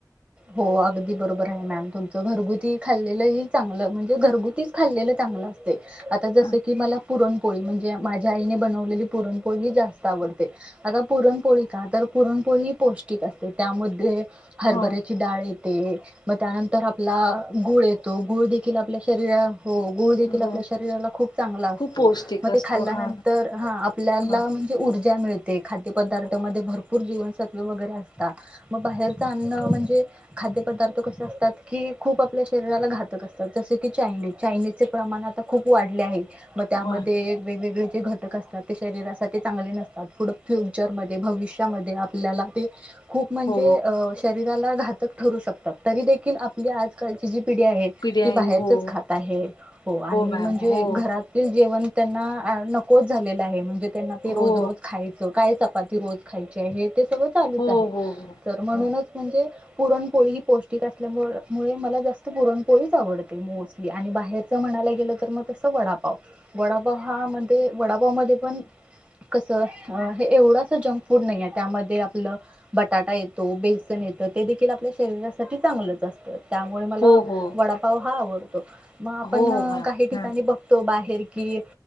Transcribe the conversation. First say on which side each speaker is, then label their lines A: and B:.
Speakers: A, on the right (about 15°); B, on the left (about 80°).
A: हो अगदी बरोबर आहे मॅम तुमच, घरगुती खाल्लेलंही चांगलं म्हणजे घरगुतीच खाल्लेलं चांगलं असतय आता जस
B: अ,
A: की, मला पुरणपोळी म्हणजे माझ्या आईने बनवलेली पुरणपोळी जास्त आवडते. आता पुरणपोळी का तर पुरणपोळी ही पौष्टिक असते त्यामध्ये हरभरे
B: हो
A: येते मग त्यानंतर आपला गुळ येतो, गुळ देखील आपल्या शरीरा हो गुळ देखील
B: हो
A: आपल्या शरीराला खूप चांगला असतो
B: खूप पौष्टिक
A: मग
B: असतो
A: ते खाल्यानंतर
B: हा
A: हा आपल्याला
B: हा
A: म्हणजे ऊर्जा त्या मिळते खाद्य पदार्थमध्ये भरपूर जीवनसत्व वगैरे असतात म बाहेरच अन्न म्हण हे खाद्यपदार्थ कस असतात की, खूप आपल्या शरीराला घातक असतात, जसे की चायनीज चायनीज चे प्रमाण आता खूप वाढले आहे. मग त्यामध्ये
B: वा
A: वेगवेगळे जे घटक असतात ते शरीरासाठी चांगले नसतात, पुढं फ्युचरमध्ये भविष्यामध्ये आपल्याला ते खूप म्हणजे
B: हो
A: अ शरीर ज्याला घातक ठरू शकतात, तरी देखील आपली आजकालची जी पिढी आहे
B: पिढ्याई
A: ती बाहेरचच
B: हो
A: खात आहे हो आणि
B: मॅम
A: म्हणजे
B: हो
A: घरातील जेवण त्यांना नकोच झालेला आहे म्हणजे त्यांना ते रोज
B: हो
A: रोज खायचं. काय चपाती रोज खायची आहे ते तो चालूच
B: हो
A: आहे
B: हो हो
A: तर मग
B: हा
A: म्हणूनच पुरणपोळी ही पौष्टिक असल्यामुळ मुळे मला जास्त पुरणपोळीच आवडते मोस्टली आणि बाहेरच म्हणायला गेलं तर मग तसं वडापाव वडापाव हा मधे वडा मध्ये पण कस अ हे एवढस जंक फूड नाहीये, त्यामध्ये आपलं बटाटा येतो. बे पण येत ते देखील आपल्या शरीरासाठी चांगलंच असतं. त्यामुळे मला
B: हो हो
A: वडापाव हा आवडतो <unintelligible> म आपण
B: हो हो मॅम
A: काही ठिकाणी
B: हा
A: बघतो, बाहेर कि